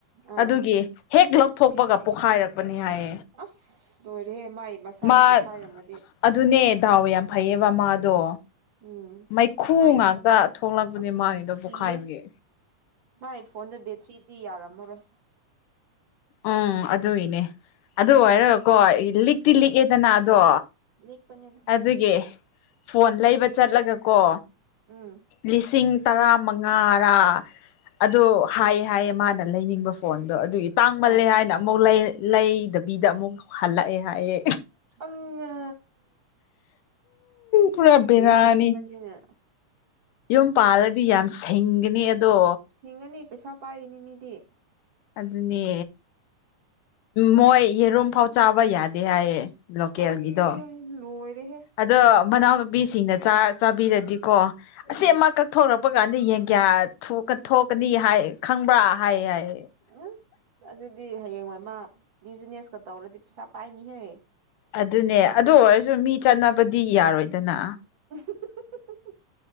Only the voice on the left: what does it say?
ꯑꯗꯨꯒꯤ ꯍꯦꯛ ꯂꯧꯊꯣꯛꯄꯒ ꯄꯣꯛꯈꯥꯏꯔꯛꯄ ꯕꯅꯦ ꯍꯥꯏꯌꯦ
ꯃꯥ
ꯑꯗꯨꯅꯦ ꯗꯥꯎ ꯌꯥꯝ ꯐꯩꯌꯦꯕ ꯃꯥꯗꯣ
ꯃꯩꯈꯨ
ꯉꯥꯛꯇ ꯊꯣꯛꯂꯛꯄꯅꯦ
ꯃꯥꯏꯗꯣ ꯄꯣꯈꯥꯏꯕꯒꯤ
ꯎꯝ ꯑꯗꯨꯒꯤꯅꯦ ꯑꯗꯨ ꯑꯣꯔꯒꯀꯣ ꯂꯤꯛꯇꯤ ꯂꯤꯛꯑꯦꯗꯅ ꯑꯗꯣ
ꯑꯗꯨꯒꯤ ꯐꯣꯟ ꯂꯩꯕ ꯆꯠꯂꯒꯀꯣ
ꯂꯤꯁꯤꯡ ꯇꯔꯥ ꯃꯉꯥꯥꯔꯥ ꯑꯗꯣ ꯍꯥꯏꯌꯦ ꯍꯥꯏꯌꯦ ꯃꯥꯅ ꯂꯩꯅꯤꯡꯕ ꯐꯣꯟꯗꯣ ꯑꯗꯨꯒꯤ ꯇꯥꯡꯃꯜꯂꯦ
ꯍꯥꯏꯅ ꯑꯃꯨꯛ ꯂꯩꯗꯕꯤꯗ ꯑꯃꯨꯛ ꯍꯜꯂꯛꯑꯦ ꯍꯥꯏꯌꯦ
ꯄꯨꯔꯥ ꯕꯦꯔꯥꯅꯤ
ꯌꯨꯝ ꯄꯥꯜꯂꯗꯤ ꯌꯥꯝ ꯁꯤꯡꯒꯅꯤ ꯑꯗꯣ
ꯑꯗꯨꯅꯦ ꯃꯣꯏ ꯌꯦꯔꯨꯝꯐꯥꯎ ꯆꯥꯕ ꯌꯥꯗꯦ ꯍꯥꯏꯌꯦ ꯂꯣꯀꯦꯜꯒꯤꯗꯣ
ꯑꯗꯣ ꯃꯅꯥꯎꯅꯨꯄꯤꯁꯤꯡꯅ ꯆꯥ ꯆꯥꯕꯤꯔꯗꯤꯀꯣ ꯑꯁꯤ
ꯑꯃꯈꯛ ꯀꯛꯊꯣꯔꯛꯄ ꯊꯣꯛꯄ ꯀꯥꯟꯗ ꯌꯦꯟ ꯀꯌꯥ ꯊꯣꯛꯀꯅꯤ ꯍꯥꯏ ꯈꯪꯕ꯭ꯔꯥ ꯍꯥꯏ ꯍꯥꯏꯌꯦ
ꯑꯗꯨꯅꯦ ꯑꯗꯨ ꯑꯣꯏꯔꯁꯨ ꯃꯤ ꯆꯠꯅꯕꯗꯤ ꯌꯥꯔꯣꯏꯗꯅ